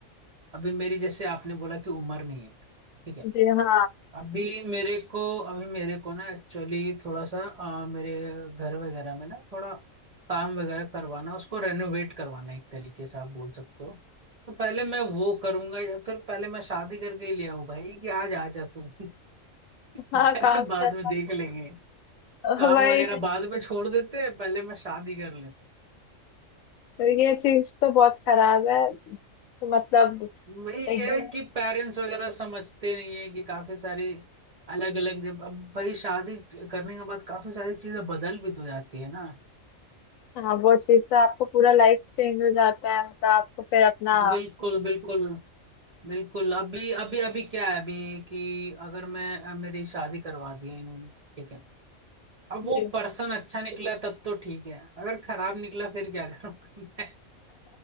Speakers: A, on the right; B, on the left.
A: अभी मेरी जैसे आपने बोला कि उम्र नहीं है ठीक है
B: जी हाँ
A: अभी मेरे को अभी मेरे को ना एक्चुअली थोड़ा सा अ, मेरे घर वगैरह में ना थोड़ा काम वगैरह करवाना उसको रेनोवेट करवाना एक तरीके से आप बोल सकते हो तो पहले मैं वो करूंगा या फिर पहले मैं शादी करके ही ले आऊं भाई कि आज आ जा तू <laughs>
B: हाँ
A: पहले
B: काम
A: बाद
B: सर
A: में देख लेंगे काम
B: वही
A: वगैरह बाद में छोड़ देते हैं पहले मैं शादी कर लेता हूं
B: तो ये चीज तो बहुत खराब है तो मतलब
A: वही
B: एकदम
A: है कि पेरेंट्स वगैरह समझते नहीं है कि काफी सारी अलग अलग जब अब भाई शादी करने के बाद काफी सारी चीजें बदल भी तो जाती है ना
B: हाँ वो चीज तो आपको पूरा लाइफ चेंज हो जाता है मतलब आपको फिर अपना
A: बिल्कुल बिल्कुल बिल्कुल अभी अभी अभी क्या है अभी कि अगर मैं अ, मेरी शादी करवा दी है इन्होंने ठीक है अब
B: <laughs>
A: वो
B: जी।
A: पर्सन अच्छा निकला तब तो ठीक है अगर खराब निकला फिर क्या करूंगा